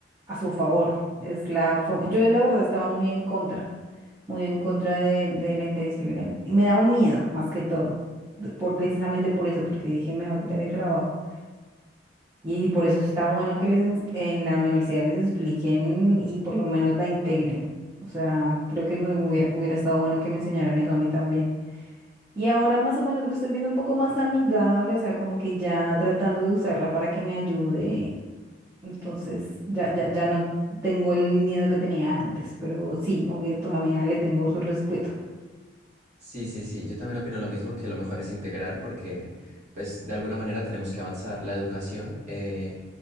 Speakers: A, on the right; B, on the right.
A: a su favor. Es la forma. Yo, la verdad, estaba muy en contra, muy en contra de, de la intensidad. Me daba un miedo, más que todo, de- por, precisamente por eso, porque dije, me va a quitar el trabajo. Y por eso está bueno que les ens- en la universidad les expliquen y por lo menos la integren. O sea, creo que me hubiera, hubiera estado bueno que me enseñaran eso a mí también. Y ahora más o menos lo estoy viendo un poco más amigable, o sea, como que ya tratando de usarla para que me ayude. Entonces, ya, ya, ya no tengo el miedo que tenía antes, pero sí, obvio, todavía le tengo su respeto.
B: Sí, sí, sí. Yo también opino lo mismo, que lo mejor es integrar porque, pues, de alguna manera tenemos que avanzar. La educación eh,